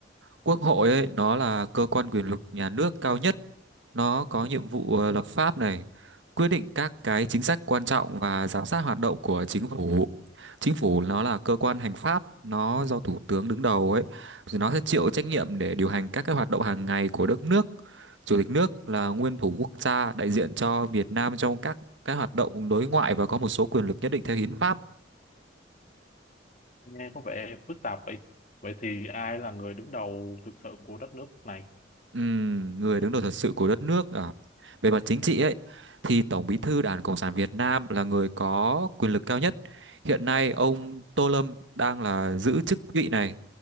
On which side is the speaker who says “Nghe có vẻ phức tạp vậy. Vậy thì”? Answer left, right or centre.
Left